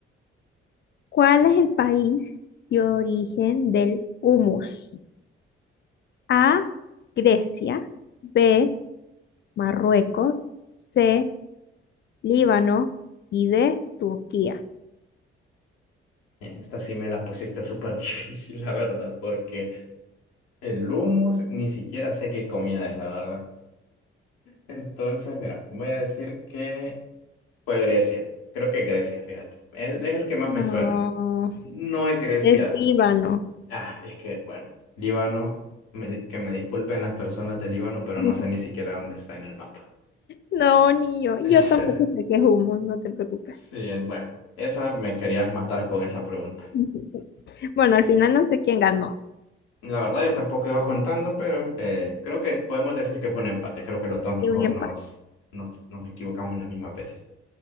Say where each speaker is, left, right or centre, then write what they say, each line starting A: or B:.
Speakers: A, on the left (about 40°); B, on the left (about 75°).
A: ¿Cuál es el país de origen del humus? A, Grecia. B, Marruecos. C, Líbano y de Turquía.
B: En esta sí me la pusiste súper <laughs> difícil, la verdad, porque El hummus, ni siquiera sé qué comida es, la verdad. Entonces, mira, voy a decir que fue Grecia. Creo que Grecia, fíjate. Él es el que más
A: No,
B: me suena. No es Grecia.
A: es Líbano.
B: Ah, es que, bueno, Líbano, me di- que me disculpen las personas de Líbano, pero
A: <laughs>
B: no sé ni siquiera dónde está en el mapa.
A: No, ni yo. Yo
B: <laughs>
A: tampoco sé qué es humus, no te preocupes.
B: Sí, en- bueno, esa me querías matar con esa pregunta.
A: <laughs> Bueno, al final no sé quién ganó.
B: La verdad, yo tampoco iba contando, pero eh, creo que podemos decir que fue un empate. Creo que los dos nos,
A: Y
B: co-
A: un
B: nos,
A: empate.
B: nos, nos equivocamos las mismas veces.